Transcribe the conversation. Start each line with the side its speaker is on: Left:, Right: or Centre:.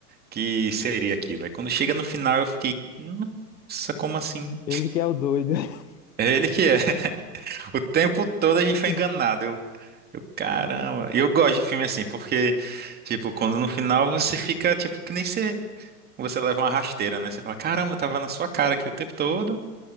Right: que seria aquilo. Aí quando chega no final, eu fiquei, nossa, como assim?
Left: Ele que é o doido. <laughs>
Right: É ele que é. <laughs> O tempo todo a gente
Left: Eu
Right: foi
Left: tô-
Right: enganado. Eu, eu, caramba. E eu gosto de filme assim, porque, tipo, quando no final você fica, tipo, que nem você, você leva uma rasteira, né? Você fala, caramba, tava na sua cara aqui o tempo todo